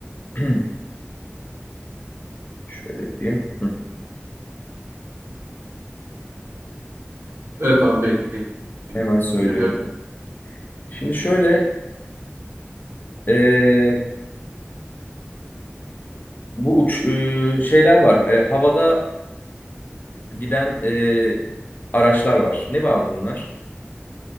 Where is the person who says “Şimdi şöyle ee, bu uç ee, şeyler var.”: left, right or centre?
Left